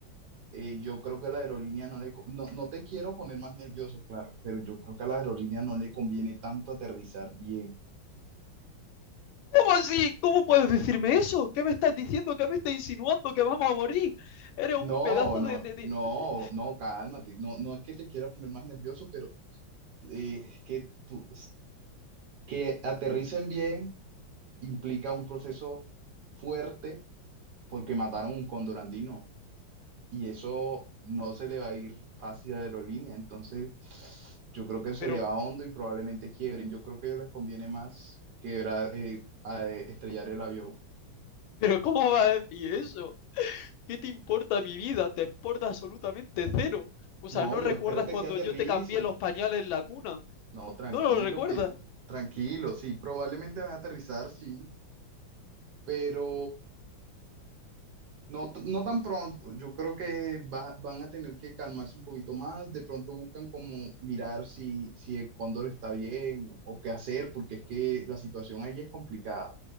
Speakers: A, on the right; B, on the left.
A: Eh, yo creo que a la aerolínea no le, co- no, no te quiero poner más nervioso, claro, pero yo creo que a la aerolínea no le conviene tanto aterrizar bien.
B: ¿Cómo así? ¿Cómo puedes decirme eso? ¿Qué me estás diciendo? ¿Qué me estás insinuando? ¿Que vamos a morir? Eres
A: No,
B: un pedazo
A: no,
B: de... de- de-
A: no,
B: de- de-
A: no, cálmate. No, no es que te quiera poner más nervioso, pero eh, es que tú, que aterricen bien implica un proceso fuerte porque mataron un cóndor andino y eso no se le va a ir fácil a la aerolínea. Entonces, yo creo que se
B: Pero,
A: le va hondo y probablemente quiebren. Yo creo que a ellos les conviene más quebrar, eh, a- eh, estrellar el avión.
B: pero ¿cómo vas a decir eso? ¿Qué te importa mi vida? Te importa absolutamente cero. O sea,
A: No,
B: ¿no
A: yo
B: recuerdas
A: espero que
B: cuando
A: sí aterricen.
B: yo te cambié los pañales en la cuna?
A: No, tranquilo,
B: No lo recuerda.
A: que tranquilo, sí, probablemente van a aterrizar, sí. pero no, t- no tan pronto. Yo creo que va- van a tener que calmarse un poquito más. De pronto buscan como mirar si, si el cóndor está bien o qué hacer, porque es que la situación ahí es complicada,